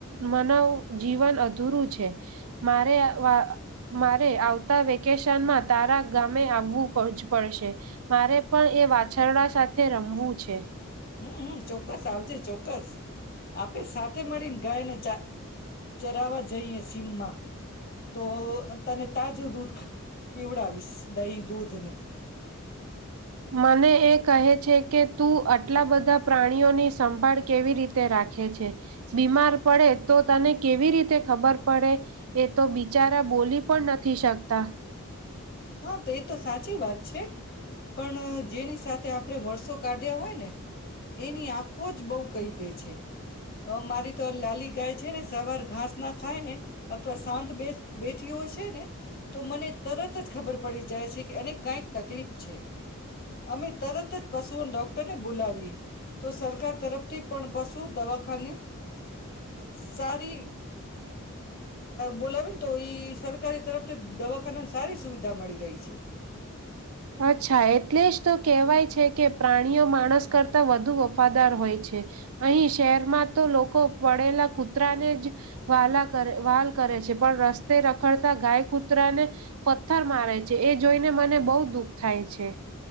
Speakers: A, on the right; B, on the left.
A: મનવ જીવન અધૂરું છે મારે. મારે આવતા વેકેશનમાં તારા ગામે આવવું પડશે મારે પણ એ વાછરડા સાથે રમવું છે.
B: હમમ ચોક્કસ આવજે ચોક્કસ આપે સાથે મળીને ગાય ને ચા. ચરાવા જઈએ સીમમાં. તો તને તાજું દૂધ પીવડાવીશ દહીં દૂધ ને.
A: મને એ કહે છે કે તું આટલા બધા પ્રાણીઓની સંભાળ કેવી રીતે રાખે છે બીમાર પડે તો તને કેવી રીતે ખબર પડે એ તો બિચારા બોલી પણ નથી શકતા.
B: હા તો એ તો સાચી વાત છે પણ જેની સાથે આપ. મો કાઢ્યા હોય ને એની આંખો જ બહ કહી દે છે મારી તો લલી ગાય છે. છે ને સવાર ઘાસ ના ખાય ને અથવા શાંત બે બેઠી હોય છે ને તો મને તરત પડી જાય છે કે એને કઈક તકલીફ છે. અમે તરત જ પશુઓ ડોક્ટરને બોલાવી તો સરકાર તરફથી પણ પશુ દવાખાને સારી બોલાવેને તો ઈ સરકારી તરફથી દવાખાના સુવિધા મળી રહી છે.
A: અચ્છા એટલે જ તો કેહેવાય છે કે પ્રાણીઓ માણસ કરતા વધુ વફાદાર હોય છે અહી શહેરમાં તો લોકો પડેલા કૂતરાને જ વલા કરે વહલ કરે છે પણ રસ્તે રખડતા ગાય કૂતરાને પથ્થર મારે છે એ જોઈને મને બહુ દુઃખ થાય છે.